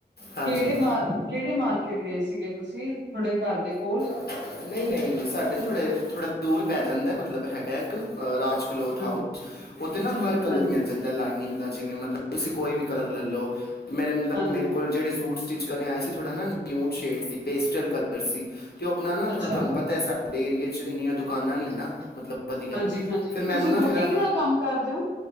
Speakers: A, on the left; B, on the right.
A: ਹਾਂਜੀ
B: ਕਿਹੜੇ ਮਾ- ਕਿਹੜੇ ਮਾਰ ਕੀਟ ਗਏ ਸੀਗੇ ਤੁਸੀਂ, ਥੋਡੇ ਘਰ ਦੇ ਕੋਲ।
A: ਨਹੀਂ-ਨਹੀਂ, ਸਾਡੇ ਥੋੜੇ- ਥੋੜਾ ਦੂਰ ਪੈ ਜਾਂਦਾ, ਮਤਲਬ ਹੈਗਾ ਇੱਕ। ਰਾਜ ਕਲੋਥ
B: ਹਾਂਜੀ,
A: ਹਾਊਸ, ਉੱਥੇ ਨਾ ਹਰ ਕਲਰ
B: ਹਾਂਜੀ,
A: ਮਿਲ ਜਾਂਦਾ ਲਾਈਨਿੰਗ ਦਾ, ਜਿਵੇਂ ਮਤਲਬ ਤੁਸੀਂ ਕੋਈ ਵੀ ਕਲਰ ਲੈ ਲੋ, ਮੇਰੇ-ਮੇਰੇ
B: ਹਾਂਜੀ,
A: ਕੋਲ ਜਿਹੜੇ ਸੂਟ ਸਟਿਚ ਕਰਨੇ ਆਏ ਸੀ ਥੋੜਾ ਨਾ ਨਿਊਟ ਸ਼ੇਡ ਸੀ, ਪੇਸਟਲ ਕਲਰ ਸੀ, ਤੇ ਉਹ ਆਪਣਾ ਨਾ ਥੋੜਾ
B: ਅੱਛਾ।
A: ਤੁਹਾਨੂੰ ਪਤਾ ਸਾ ਸਾਡੇ ਏਰੀਏ ਚ ਏਨੀਆਂ ਦੁਕਾਨਾਂ ਨਹੀਂ ਹੈ ਨਾ, ਮਤਲਬ। ਵਧੀਆ,
B: ਹਾਂਜੀ-ਹਾਂਜੀ,
A: ਫਿਰ
B: ਤੁਸੀਂ
A: ਮੈਨੂੰ ਨਾ
B: ਬੁਟੀਕ
A: ਫਿਰਾ
B: ਦਾ ਕੰਮ ਕਰਦੇ ਹੋ?